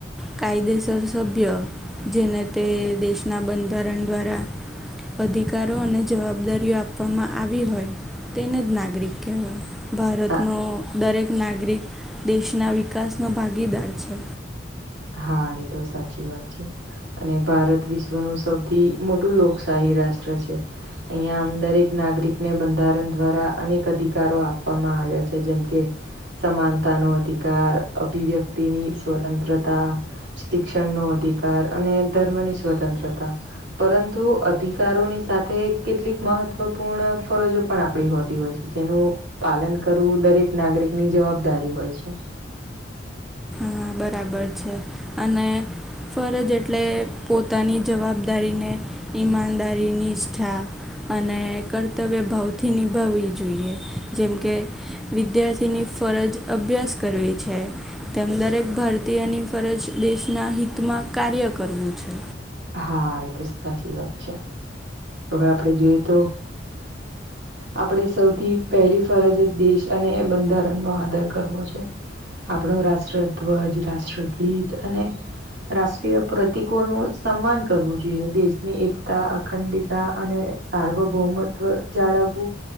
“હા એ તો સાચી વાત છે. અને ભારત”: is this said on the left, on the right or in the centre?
Right